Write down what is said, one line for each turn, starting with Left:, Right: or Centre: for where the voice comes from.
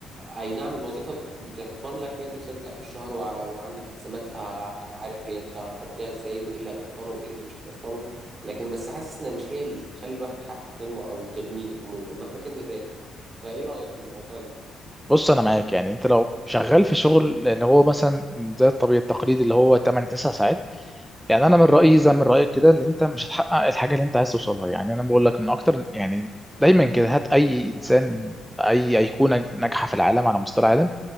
Right: اي نعم الوظيفة بتضمن لك راتب ثابت اخر الشهر وع وعندك التزامات فهتبقى عارف هي انت هتقضيها ازاي وايه اللي هتوفره وايه اللي مش هتوفره لكن بس حاسس انها مش هي اللي تخلي الواحد يحقق حلمه او تغنيه عموما مهما كان الراتب فايه رأيك في الموضوع ده
Centre: بص انا معاك يعني انت لو شغال في شغل اللي هو مثلا زي الطبيعي التقليدي اللي هو 8 9 ساعات يعني انا من رايي زي من رايك كده اللي انت مش هتحقق الحاجه اللي انت عايز توصلها يعني انا بقول لك ان اكتر يعني دايما كده هات اي انسان اي ايقونه ناجحه في العالم على مستوى العالم